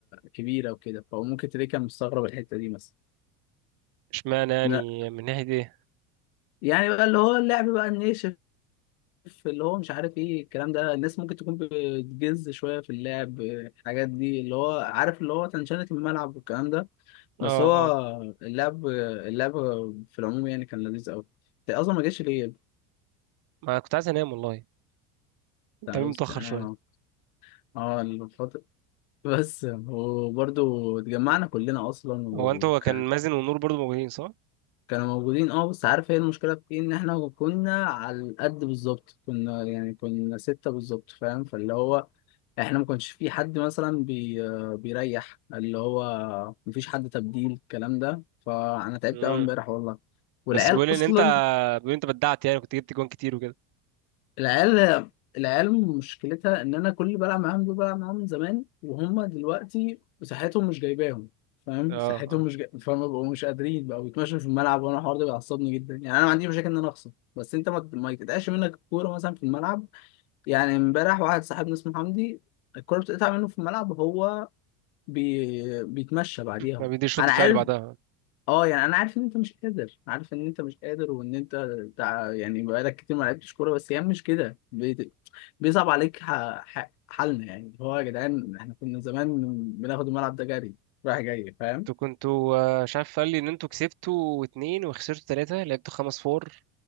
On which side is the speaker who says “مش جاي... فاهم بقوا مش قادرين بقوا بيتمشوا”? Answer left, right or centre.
Left